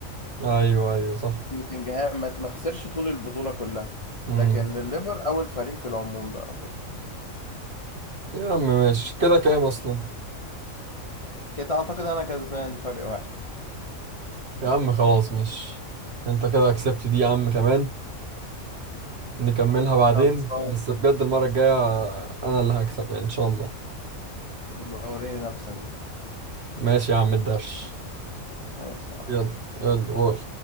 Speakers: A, on the right; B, on the left.
A: ايوه ايوه صح
B: نوتنجهام ما ما خسرش طول البطوله كلها
A: امم
B: لكن الليفر اول فريق في العموم بقى كله
A: يا عم ماشي كده كام اصلا
B: كده اعتقد انا كسبان فرق واحد
A: يا عم خلاص ماشي انت كده كسبت دي يا عم كمان نكملها بعدين
B: خلصان
A: بس بجد المرة الجاية أنا اللي هكسب يعني إن شاء الله
B: بوريني نفسك بقى
A: ماشي يا عم الدرش
B: ماشي يا معلم
A: يلا يلا قول